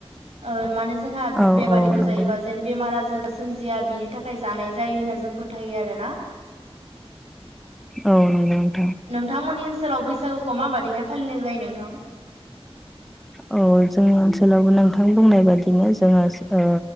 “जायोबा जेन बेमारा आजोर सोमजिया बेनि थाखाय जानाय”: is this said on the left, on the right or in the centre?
Right